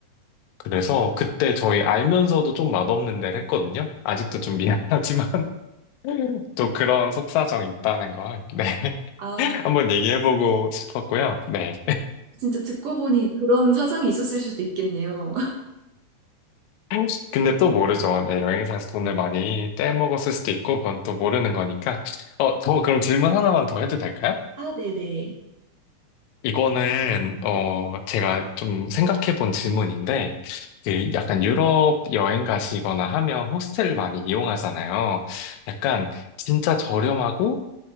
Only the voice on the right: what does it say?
아,
진짜 듣고 보니 그런 사정이 있었을 수도 있겠네요.
<laughs>
아, 네네.